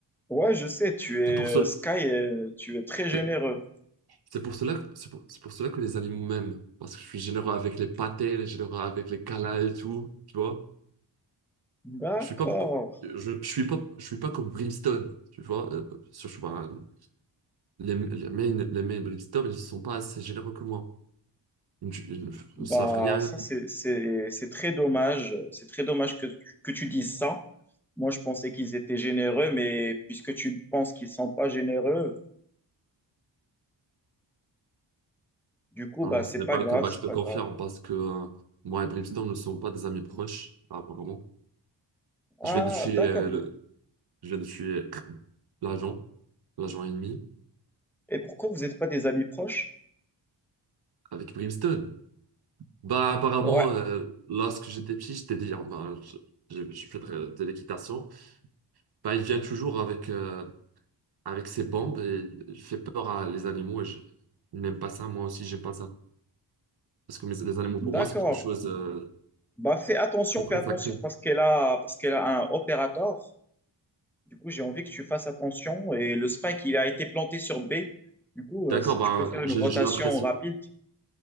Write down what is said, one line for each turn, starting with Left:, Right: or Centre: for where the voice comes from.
Centre: ouais, je sais, tu es
Right: C'est pour cela,
Centre: euh, Sky, euh, tu es très généreux.
Right: c'est c'est pour cela, c'est pour, c'est pour cela que les animaux m'aiment. Parce que je suis généreux avec les pâtés, généreux avec les câlins et tout. Tu vois?
Centre: D'accord.
Right: Je suis pas, je, je suis pas, je suis pas comme Brimstone, tu vois. euh, sur- je sais pas, les, les mains, les mains Brimstone, ils sont pas assez généreux que moi. Ils, ne- ils
Centre: Bah,
Right: ne savent rien.
Centre: ça, c'est, c'est, c'est très dommage. C'est très dommage que, que tu dises ça. Moi, je pensais qu'ils étaient généreux, mais puisque tu penses qu'ils sont pas généreux, du coup,
Right: Non,
Centre: bah,
Right: non,
Centre: c'est
Right: ce n'est
Centre: pas
Right: pas
Centre: grave,
Right: le cas. Bah,
Centre: c'est
Right: je te
Centre: pas
Right: confirme
Centre: grave.
Right: parce que euh, moi et Brimstone ne sont pas des amis proches, apparemment.
Centre: Ah,
Right: Je viens de tuer
Centre: d'accord.
Right: euh,
Centre: oui.
Right: le, je viens de tuer <coughs> <clears throat> l'agent, l'agent ennemi
Centre: Et pourquoi vous n'êtes pas des amis proches?
Right: avec Brimstone. Bah, apparemment,
Centre: Ouais,
Right: euh, lorsque j'étais petit, j'étais dit, ah, bah, je, je, je fais de, de l'équitation. Bah, il vient toujours avec. euh, avec ses bombes, et il fait peur à les animaux et je n'aime pas ça. Moi aussi, j'aime pas ça. Parce que mes- les animaux, pour
Centre: d'accord.
Right: moi, c'est quelque chose de
Centre: Bah, fais attention,
Right: très, très
Centre: fais attention
Right: sacré.
Centre: parce qu'elle a, parce qu'elle a un opérateur. Du coup, j'ai envie que tu fasses attention. Et le spike, il a été planté sur B. Du coup,
Right: D'accord,
Centre: euh, si
Right: ben,
Centre: tu peux faire une
Right: j'ai
Centre: rotation
Right: j'ai l'impression.
Centre: rapide.